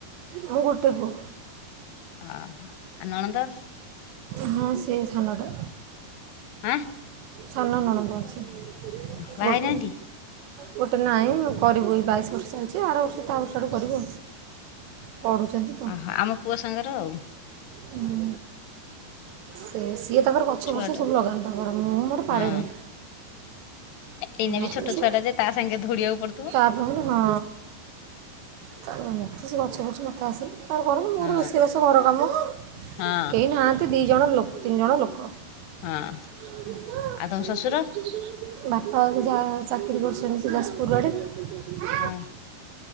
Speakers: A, on the right (about 90°); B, on the left (about 80°).
A: ମୁଁ ଗୁଟେ ପୁଅ।
B: ଆ ନଣନ୍ଦ
A: ହଁ ସେ ସାନଟା
B: ହଁ।
A: ସାନ ନଣନ୍ଦର ଅଛି
B: ବାହା
A: ଗୋଟେ।
B: ହେଇନାହାନ୍ତି
A: ଗୋଟେ ନାହିଁ କରିବୁ ଏଇ ବାଇଶ ବର୍ଷ ଚାଲିଛି ଆର ବର୍ଷ ତାର ବର୍ଷ ଆଡକୁ କରିବୁ। ପଢ଼ୁଛନ୍ତି ତ।
B: ଓହୋ ଆମ ପୁଅ ସାଙ୍ଗର ଆଉ
A: ହଁ ସେ ସିଏ ତାପରେ ଗଛ
B: ଛୁଆଟା
A: ବୁର୍ଛ ସବୁ ଲଗାନ୍ତିତା ତାଙ୍କର ମୁଁ ମୋର ପାରେନି
B: ହଁ ଏଇନା
A: ମୋତେ
B: ବି ଛୋଟ
A: ସେ
B: ଛୁଆଟା ଯେ ତା ସାଙ୍ଗେ ଧଉଡିବାକୁ ପଡୁଥିବ
A: ଆପଣ ହଁ ତାପ ମୋତେ ସେ ଗଛ ବୃଛ ମୋତେ ଆସିନି। ତାର କରନ୍ତୁ ମୋର
B: ହଁ
A: ରୋଷେଇବାସ ଘର କାମ
B: ହଁ
A: କେହି ନାହାନ୍ତି ଦି ଜଣ ତିନି ଜଣ ଲୋକ
B: ହଁ।
A: <inaudible> ବାପା
B: ଆଉ ତମ ଶ୍ୱଶୁର
A: ଯାହା ଚାକିରିୀ କରୁଛନ୍ତି ଯାଜପୁର ଆଡ଼େ।
B: ହୁଁ।